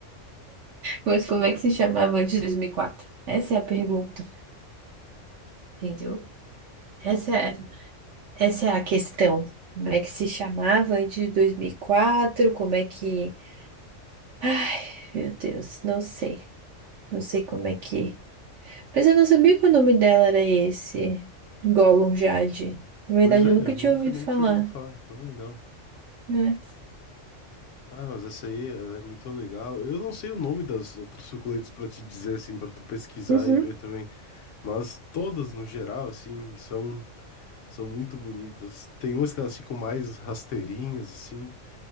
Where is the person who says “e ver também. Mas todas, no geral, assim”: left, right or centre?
Left